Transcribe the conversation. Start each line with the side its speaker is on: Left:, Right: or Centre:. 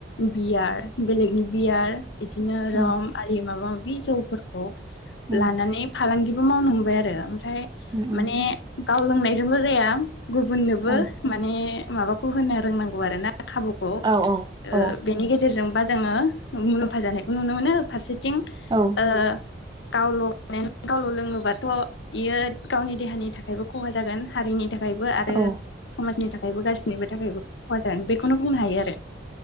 Left: बियार बेलेगनि बियार बिदिनो रम
Right: उम
Left: आरि माबा बे जौफोरखौ
Right: उम
Left: लानानै फालांगि मावनो हमबाय आरो फाय
Right: उम उम
Left: माने गाव लोंनायजोंल' जाया गुबुननोबो
Right: उम
Left: माने माबाखौ होनो रोंनां गौआरोना खाबुखौ ओ
Right: औ औ
Left: बेनि गेजेरजों बा जोङो मुलाम्फा जानाय नुनो मोनो फारसे थिं
Right: औ
Left: ओ गावल गावल' लोङोबाथ' बियो गावनि देहानि थाखायबो खहा जागोन हारिनि थाख थाखायबो आरो
Right: औ
Left: समाजनि थाख खायबो गाससिनिबो थाखायबो खहा जागोन बेखौनो बुंनो हायो आरो